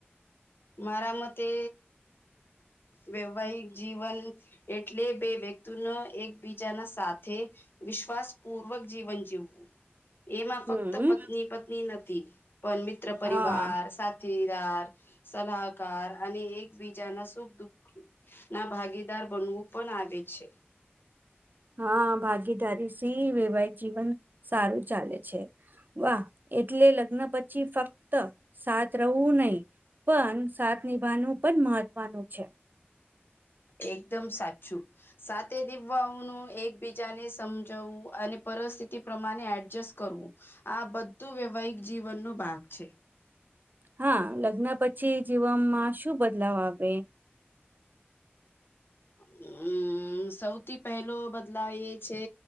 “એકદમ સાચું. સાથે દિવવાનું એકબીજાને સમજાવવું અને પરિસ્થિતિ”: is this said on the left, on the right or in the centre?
Left